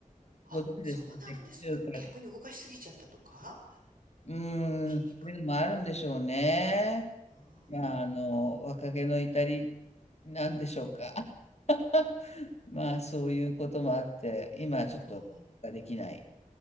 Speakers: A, on the right; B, on the left.
A: あ、
B: ご存知ですか脊柱管。
A: そうなんですか。逆に動かしすぎちゃったとか
B: う
A: 筋肉。
B: ーん、そういうのもあるんでしょうね。
A: あ
B: まあ、あの、若気の至りなんでしょうか。<laughs> まあ、そういうこともあって、今はちょっとできない
A: あ、うんうん。